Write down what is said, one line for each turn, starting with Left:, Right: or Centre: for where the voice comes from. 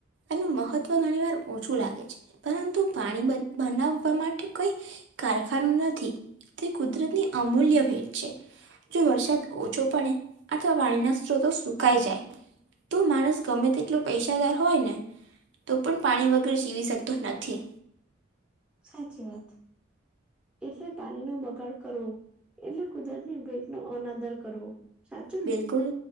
Right: એનું મહત્વ ઘણી વાર ઓછું લાગે છે પરંતુ પાણી બનાવવા માટે કોઈ કારખાનું નથી તે કુદરત ની અમૂલ્ય ભેટ છે જો વરસાદ ઓછો પડે અથવા પાણીના સ્ત્રોતો સુકાઈ જાય તો માણસ ગમે તેટલો પૈસાદાર હોય ને તો પણ પાણી વગર જીવી શકતો નથી
Centre: સાચી વાત એટલે પાણીનો બગાડ કરવો એટલે કુદરતની ભેટ નો અનાદર કરવો સાચું
Right: બિલકુલ
Centre: ને